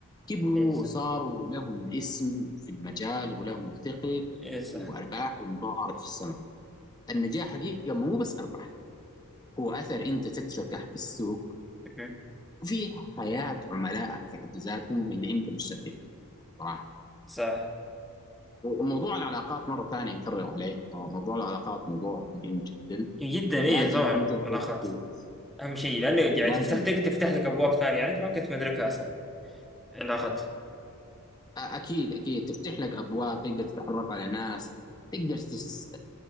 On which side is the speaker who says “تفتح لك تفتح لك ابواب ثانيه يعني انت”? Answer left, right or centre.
Centre